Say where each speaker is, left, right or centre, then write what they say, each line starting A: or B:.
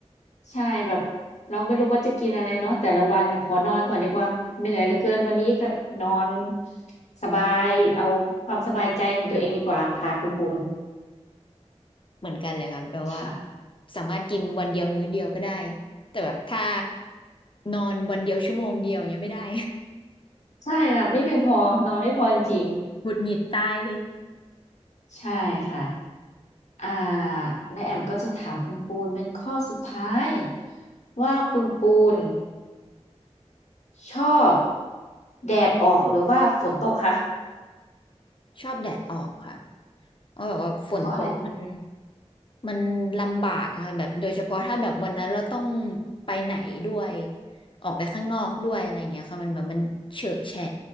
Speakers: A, on the left; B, on the left.
A: ใช่แบบเราไม่รู้ว่าจะกินอะไรเนาะแต่ละวันน่ะขอนอนก่อนดีกว่าเหนื่อยเหลือเกินวันนี้ก็นอนสบายเอาความสบายใจของตัวเองดีกว่าค่ะคุณปูน
B: เหมือนกันเลยค่ะแบบว่า
A: ค่ะ
B: สามารถกินวันเดียวมื้อเดียวก็ได้แต่แบบถ้านอนวันเดียวชั่วโมงเดียวอย่างเงี้ยไม่ได้
A: ใช่ค่ะไม่เพียงพอนอนไม่พอจริง
B: หงุดหงิดตายเลย
A: ๆใช่ค่ะ อ่าและแอมก็จะถามคุณปูนเป็นข้อสุดท้ายว่าคุณปูนชอบแดดออกหรือว่าฝนตกคะ
B: ชอบแดดออกค่ะเพราะแบบว่าฝนตกมัน
A: เพราะอะไรนะ
B: มันลำบากอะค่ะแบบโดยเฉพาะถ้าแบบวันนั้นเราต้องไปไหนด้วยออกไปข้างนอกด้วยอะไรอย่างเงี้ยค่ะมันแบบมันเฉอะแฉะ